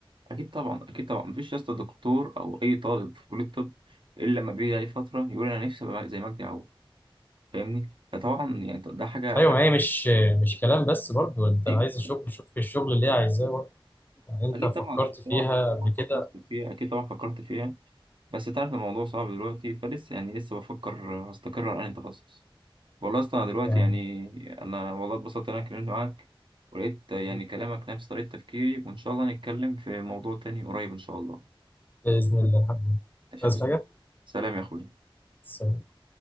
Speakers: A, on the right (about 60°); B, on the left (about 20°).
A: اكيد طبعا اكيد طبعا مفيش يا اسطى دكتور او اي طالب في كليه الطب الا لما بيجي عليه فتره يقول انا نفسي ابقى زي مجدي يعقوب فاهمني فطبعا يعني ده حاجه
B: ايوه
A: حاجه
B: ما هي مش مش كلام بس برضه انت
A: ايوه
B: عايز شغل شوف في الشغل اللي هي عايزاه برضه يعني انت
A: اكيد
B: فكرت
A: طبعا اكيد
B: فيها
A: طبعا أكيد
B: قبل
A: طبعاً
B: كده
A: فكرت فيها اكيد طبعا فكرت فيها بس تعرف الموضوع صعب دلوقتي فلسه يعني لسه بفكر هستقر على انهي تخصص والله اصلا أنا دلوقتي
B: يعني
A: يعني انا والله اتبسطت ان انا اتكلمت معاك ولقيت يعني
B: حبيبي
A: كلامك نفس طريقه تفكيري وان شاء الله نتكلم في موضوع تاني قريب ان شاء الله
B: باذن الله حبيبي مش
A: ماشي
B: عايز
A: يا أستاذ.
B: حاجه
A: سلام يا اخوي
B: سلام.